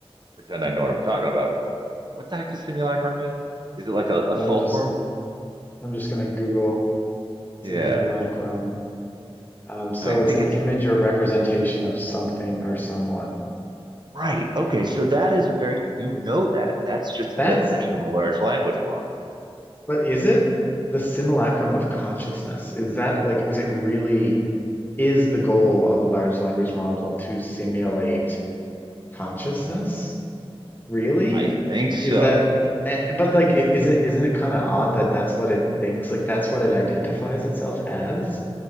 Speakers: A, on the right; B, on the left.
A: pretend I know what I'm talking about, what what the heck does simulacrum mean? Is it like a, a
B: Let
A: fulcrum?
B: me just. I'm just gonna Google
A: Yeah.
B: simulacrum. Um, so
A: And I think
B: it's an
A: it's
B: image or representation of something or someone.
A: right. Okay, so that is a very, you know that. That's just the
B: That's.
A: definition of a large language model.
B: But is it the simulacrum of consciousness? Is that like? Is it really? Is the goal of a large language model to simulate consciousness? Really?
A: I think
B: Like,
A: so.
B: Is that,
A: I
B: eh, but like, i- isn't isn't it kind of odd that that's what it thinks? Like, that's what it identifies itself as?